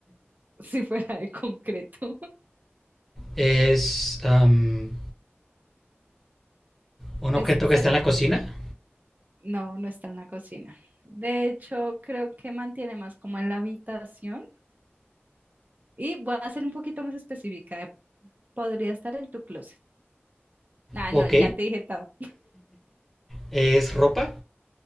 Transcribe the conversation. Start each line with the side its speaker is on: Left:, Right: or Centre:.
Right: <laughs> si fuera de concreto.
Centre: es am, un
Right: Es,
Centre: objeto
Right: se-
Centre: que está en la cocina,
Right: no, no está en la cocina. De hecho, creo que mantiene más como en la habitación. Y voy a ser un poquito más específica. eh, Podría estar en tu closet. Ah,
Centre: Ok.
Right: no, ya te dije todo.
Centre: ¿Es ropa?